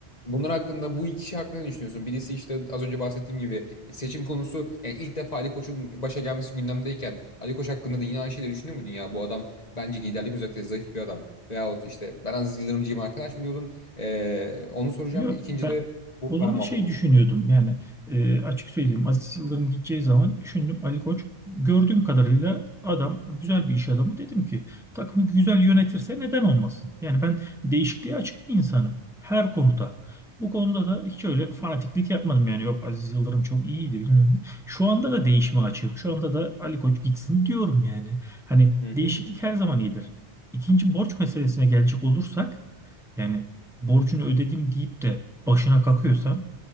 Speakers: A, on the left; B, in the centre.
A: Bunlar hakkında bu iki şey hakkında ne düşünüyorsun? Birisi işte az önce bahsettiğim gibi seçim konusu yani ilk defa Ali Koç'un başa gelmesi gündemdeyken Ali Koç hakkında da yine aynı şeyleri düşünüyor muydun ya? Bu adam bence liderlik özellikle zayıf bir adam. Veyahut işte ben Aziz Yıldırımcıyım arkadaş mı diyordun? Ee, onu soracağım.
B: Yok
A: İkinci
B: ben
A: de bu
B: o
A: para
B: zaman
A: muhabbetini
B: şey düşünüyordum yani e, açık söyleyeyim Aziz Yıldırım gideceği zaman düşündüm Ali Koç gördüğüm kadarıyla adam güzel bir iş adamı dedim ki takımı güzel yönetirse neden olmasın? Yani ben değişikliğe açık bir insanım her konuda. Bu konuda da hiç öyle fanatiklik yapmadım yani yok Aziz Yıldırım çok iyiydi bilmem ne. Şu anda da değişime açığım. Şu anda da Ali Koç gitsin diyorum yani. Hani
A: soracağım.
B: değişiklik
A: Hı hı.
B: her zaman iyidir. İkinci borç meselesine gelecek olursak Yani borcunu ödedim deyip de başına kakıyorsan